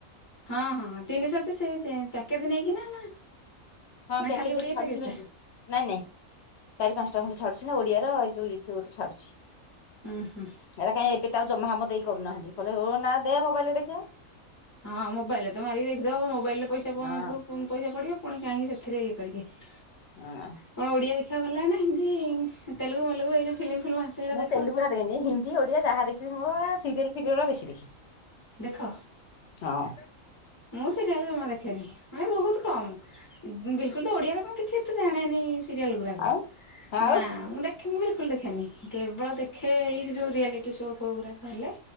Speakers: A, on the left; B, on the left.
A: ହଁ- ହଁ- ହଁ ତିନିଶହ ସେ ପ୍ୟାକେଜ ନେଇକିନା।
B: ହଁ
A: ନା
B: ପ୍ୟାକେଜ
A: ଖାଲି ଓଡ଼ିଆ
B: ଛାଡୁଛି
A: ପ୍ୟାକେଜଟା।
B: ମେଞ୍ଚେ ନାଇଁ- ନାଇଁ ଚାରି ପାଞ୍ଚଟା ଖଣ୍ଡେ ଛାଡୁଛି ନା ଓଡ଼ିଆର ଏଇ ଯୋଉ ଇଏ କିଏ ଗୋଟେ ଛାଡୁଛି।
A: ହୁଁ ହୁଁ
B: ଏଇଟା କାହିଁ ଏବେ ତ ଆଉ ଜମା ହମ ଦେଇ କରୁନାହାଁନ୍ତି କହିଲେ ହୋ ନା ଦେ ମୋବାଇଲରେ ଦେଖିବା।
A: ହଁ ମୋବାଇଲରେ ତ ମାରିକି ଦେଖଦବ ମୋବାଇଲରେ ପଇସା ପଙ୍କୁ
B: ହଁ
A: ପୁ ପଇସା ପଡିବ ପୁଣି କାହିଁକି ସେଥିରେ ଇଏ କରିକି କଣ
B: ହଁ।
A: ଓଡିଆ ଦେଖିବାକୁ ଭଲଲାଗେ ନା? ହିନ୍ଦି ତେଲୁଗୁ ମେଲୁଗୁ ଏଇ ଯୋଉ ଫିଲ୍ମ ଫିଲ୍ମ ଆସେ ହେରା
B: ମୁଁ
A: ଦେଖ?
B: ତେଲୁଗୁରା ହିନ୍ଦୀ ଓଡ଼ିଆ ଯାହା ଦେଖିବି ମୁଁ ସିରିଏଲ ଫିରିଏଲ ବେଶି ଦେଖେ।
A: ଦେଖ?
B: ହଁ।
A: ମୁଁ ସିରିଏଲ ଜମା ଦେଖେନି ମାନେ ବହୁତ କମ ବିଲକୁଲ ତ ଓଡିଆର ମୁଁ କିଛି କିଛି ତ ଜାଣେନି ସିରିଏଲ ଗୁରାକ
B: ଆଉ ଆଉ
A: ନା ମୁଁ ଦେଖେ ମୁଁ ବିଲକୁଲ ଦେଖେନି କେବଳ ଦେଖେ ଏଇ ଯୋଉ ରିଆଲିଟି ସୋ ଫୋ ଗୁଡ଼ାକ ହେଲେ